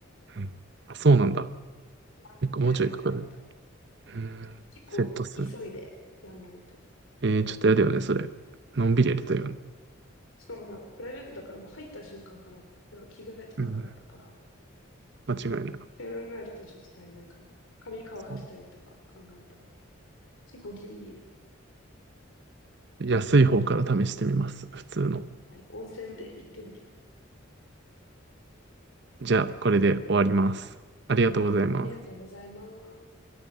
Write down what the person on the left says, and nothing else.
何回もやるってなったら。
結構急いでやんないと。
そう。しかもさ、プライベートだからもう入った瞬間からじゃん。だから着替えとかからだから。
っ
て考えるとちょっと足りないかも。髪乾かしたりとか考えたら。
結構ギリギリ。
はい。温泉で行ってみてく
ださい。はい。ありがとうございます。